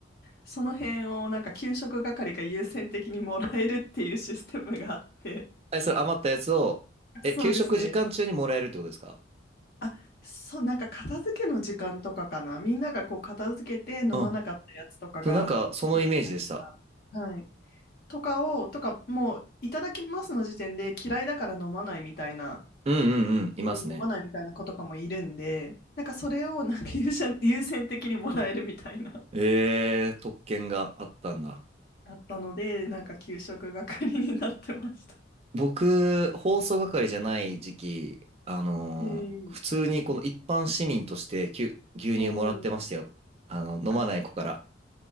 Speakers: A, on the left (about 55°); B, on the right (about 35°).
A: その辺をなんか給食係が優先的にもらえるっていうシステムがあって、
B: え、それ余ったやつを、え、
A: そうですね。
B: 給食時間中にもらえるってことですか
A: あ、そう、なんか片付けの時間とかかな。みんながこう片付けて飲まなかったやつとかがあるじゃないですか。
B: うん。そう、なんかそのイメージでした。
A: はい。とかを、とか、もう、いただきますの時点で嫌いだから飲まないみたいな、
B: うんうんうん。いますね。
A: 飲まないみたいな子とかもいるんで、なんかそれをなんか優先、優先的にもらえるみたいな、
B: ええ特権があったんだ。
A: あったので、なんか給食係になってました。
B: 僕、放送係じゃない時期、あのー普通にこの一般市民として牛、
A: えー、
B: 牛乳もらってましたよ。
A: えー、
B: あの、飲まない子から。
A: あ、